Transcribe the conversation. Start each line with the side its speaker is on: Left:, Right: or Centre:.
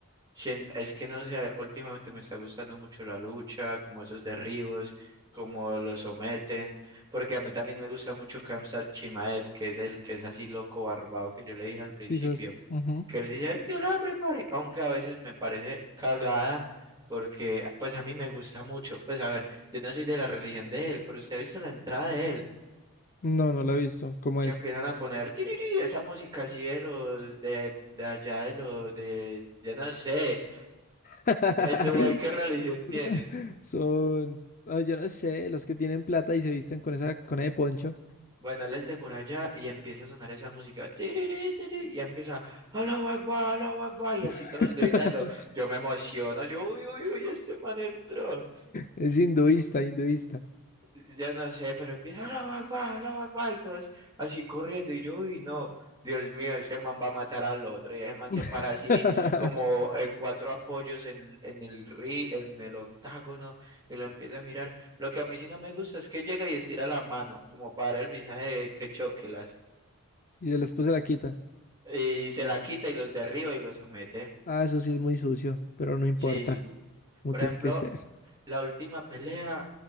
Right: sien- es que no sé, últimamente me está gustando mucho la lucha, como esos derribos, como lo someten. Porque a mí también me gusta mucho Khamzat Chimaev, que es el que es así loco barbado que yo le dije al principio.
Left: Chistes. Ujú.
Right: que él dice "Ay, que la prepare, aunque a veces me parece cagada, porque pues a mí me gusta mucho. Pues a ver, yo no soy de la religión de él, pero usted ha visto la entrada de él,
Left: No, no lo he visto. ¿Cómo
Right: que
Left: es?
Right: empiezan a poner "Tiriri", esa música así de los de, de allá de los de yo no sé,
Left: <laughs>
Right: en Dubái qué religión tienen.
Left: Son, ah, yo no sé, los que tienen plata y se visten con esa, con ese poncho.
Right: Bueno, él es de por allá y empieza a sonar esa música, "Tiriri, tiriri", y empieza, Allahu Akbar, Allahu Akbar, y así
Left: <laughs>
Right: todos gritando. Yo me emociono, yo, uy, uy, uy, este man entró.
Left: Es hinduista, hinduista.
Right: ya no sé, pero empieza la Akbar, Allahu Akbar", y todos así corriendo, y yo, uy no, Dios mío, ese man va a matar al otro, y ese man
Left: <laughs>
Right: se para así como en cuatro apoyos en, en el ri, en el octágono, y lo empieza a mirar. Lo que a mí sí no me gusta es que llega y estira la mano, como para el visaje de que choquelas,
Left: Y se después se la quita.
Right: y se la quita y los derriba y los somete.
Left: Ah, eso sí es muy sucio, pero no importa,
Right: Sí,
Left: como
Right: por
Left: tiene
Right: ejemplo,
Left: que ser.
Right: la última pelea,